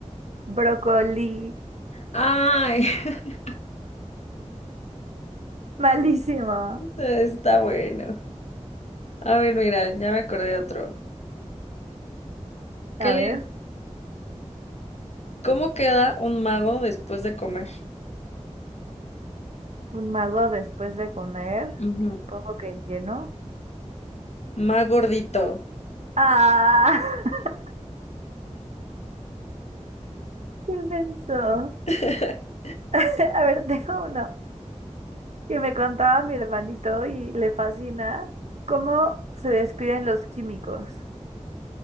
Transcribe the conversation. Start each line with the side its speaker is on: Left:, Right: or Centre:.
Right: Brócoli.
Left: Ay, <laughs>
Right: Malísimo.
Left: está bueno. A ver, mira, ya me acordé de otro.
Right: A
Left: ¿Qué le-
Right: ver,
Left: ¿Cómo queda un mago después de comer?
Right: un mago después de comer.
Left: Ujú.
Right: Supongo que lleno.
Left: Más gordito.
Right: Ah, <laughs> qué menso.
Left: <laughs>
Right: <laughs> A ver, tengo uno que me contaba mi hermanito y le fascina. ¿Cómo se despiden los químicos?